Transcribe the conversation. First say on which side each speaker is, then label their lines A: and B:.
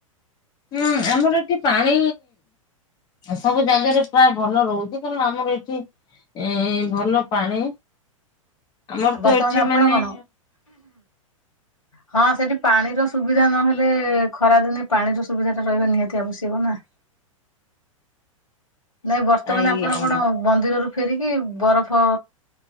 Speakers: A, on the left; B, on the left.
A: ଉଁ ଆମର ଏଠି ପାଣି ସବୁ ଜାଗାରେ ପ୍ରାୟ ଭଲ ରହୁଚି କାରଣ ଆମର ଏଠି ଏଁଇ ଭଲ ପାଣି ଆମର
B: ବର୍ତ୍ତମାନ
A: ତ ଏଠି
B: ଆପଣ
A: ମାନେ
B: କଣ
A: ହୁଁ
B: ହଁ ସେଠି ପାଣିର ସୁବିଧା ନହେଲେ ଖରାଦିନେ ପାଣିର ସୁବିଧାଟା ରହିବା ନିହାତି ଆବଶ୍ୟକ ନାଁ। ନାଇଁ ବର୍ତ୍ତମାନ
A: ଆଜ୍ଞା
B: ଆପଣ
A: ଆଜ୍ଞା
B: କଣ ମନ୍ଦିରରୁ ଫେରିକି ବରଫ